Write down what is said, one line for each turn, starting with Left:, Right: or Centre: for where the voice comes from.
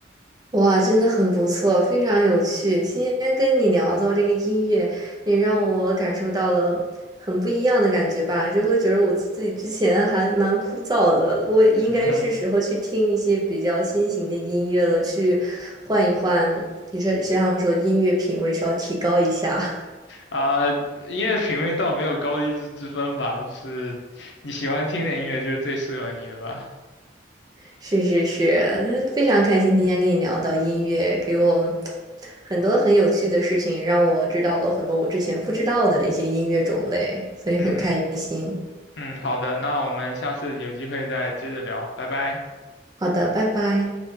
Right: 哇，真的很不错，非常有趣。今天跟你聊到这个音乐，也让我感受到了很不一样的感觉吧，就会觉得我自己之前还蛮枯燥的，我也应该是时候去听一些比较新型的音乐了，
Left: <laughs>
Right: 去换一换，也是这样说，音乐品味稍提高一下。
Left: 啊、音乐品味倒没有高低之之分吧，就是你喜欢听的音乐就是最适合你的吧。
Right: 是是是，那非常开心今天跟你聊到音乐，给我很多很有趣的事情，让我知道了很多我之前不知道的一些音乐种类，所以很开心。
Left: 嗯嗯，好的，那我们下次有机会再接着聊，拜拜。
Right: 好的，拜拜。